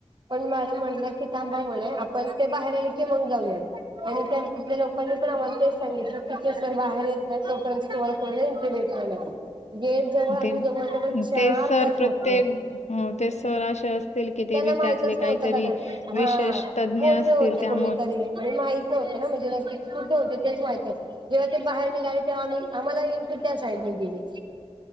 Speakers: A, on the right (about 40°); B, on the left (about 75°).
A: पण मॅडम म्हणल्या की, थांबा म्हणे आपण ते बाहेर आले की मंग जाऊयात. आणि त्या तिथल्या लोकांनी पण आम्हाला तेच सांगितलं की, ते सर बाहेर येत नाय तोपर्यंत तुम्हाला त्यांने इथं भेटणार नाय. गेट जवळ आम्ही
B: ते
A: जवळ जवळ चार
B: ते सर
A: तास घातले.
B: प्रत्येक हो ते सर असे असतील की ते
A: त्यांना
B: बी
A: माहितच
B: त्यातले काहीतरी
A: नव्हतं कदाचित, हा
B: विशेष तज्ञ
A: मोठे
B: असतील
A: होते
B: त्यामुळे
A: कोणी तरी आणि माहित नव्हतं ना, म्हणजे नेमकी कुठे होते तेच माहित <unintelligible> जेव्हा ते बाहेर निघाले, तेव्हा आम्ही, आम्हाला एन्ट्री त्या साईडनी दिली.